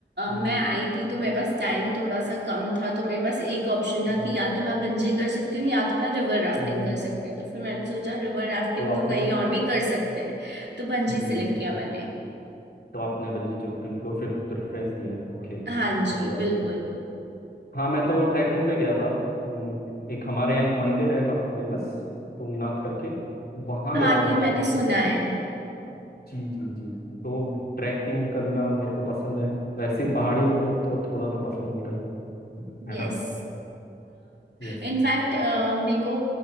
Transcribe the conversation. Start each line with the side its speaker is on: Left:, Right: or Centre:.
Left: हम्म
Right: मैं आई थी तो मेरे पास टाइम थोड़ा सा कम था तो मेरे पास एक ऑप्शन था
Left: हम्म,
Right: कि या तो मैं बंजी कर सकती हूँ या तो मैं रिवर राफ्टिंग
Left: हम्म, हम्म।
Right: कर सकती हूँ तो फिर मैंने सोचा रिवर राफ्टिंग
Left: तो आपने
Right: तो कहीं और भी कर सकते हैं तो बंजी
Left: जी
Right: सिलेक्ट किया मैंने
Left: तो आपने बंजी जंपिंग को फिर प्रेफरेंस दिया है ओके
Right: हाँ जी
Left: बढ़िया
Right: बिल्कुल
Left: बढ़िया हाँ मैं तो ट्रैकिंग पे गया था हम्म, एक हमारे यहाँ एक मंदिर है काफ़ी फेमस तुंगनाथ करके वहाँ
Right: हाँ
Left: गया था मैं
Right: ये
Left: ट्रैकिंग
Right: मैंने सुना
Left: पे
Right: है
Left: जी जी जी तो ट्रैकिंग करना मेरे को पसंद है वैसे ही पहाड़ी लोग हैं तो थोड़ा तो पसंद होता ही है है
Right: यस
Left: ना यस
Right: इनफैक्ट मेरे को